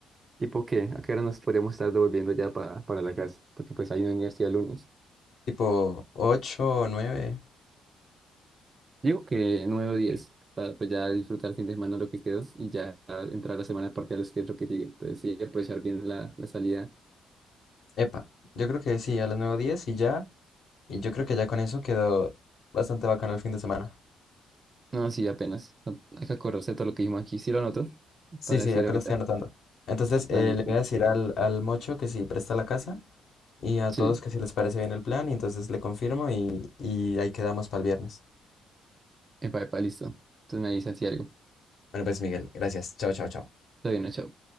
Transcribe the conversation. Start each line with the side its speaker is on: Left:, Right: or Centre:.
Right: tipo qué, a qué hora nos podríamos estar devolviendo ya para, para la casa, porque pues hay una universidad el lunes.
Left: Tipo ocho o 9.
Right: Digo que 9 o 10, para pues ya disfrutar el fin de semana lo que quedó y ya entrar a la semana de parciales que es lo que sigue. Entonces sí, aprovechar bien la, la salida
Left: Epa, yo creo que sí, a las nueve o 10 y ya. Y yo creo que ya con eso quedó bastante bacano el fin de semana.
Right: No, sí, apenas. No, hay que acordarse de todo lo que dijimos aquí. Sí lo anoto
Left: Sí,
Right: para
Left: sí,
Right: decir
Left: acá
Right: ahorita.
Left: lo estoy anotando. Entonces, eh,
Right: Ah, listo.
Left: le voy a decir al, al Mocho que si presta la casa y a
Right: Sí.
Left: todos que si les parece bien el plan y entonces le confirmo y, y ahí quedamos para el viernes.
Right: Epa, epa, listo. Entonces me dicen si algo.
Left: Bueno, pues Miguel, gracias. Chao, chao, chao.
Right: Está bien, no, chao.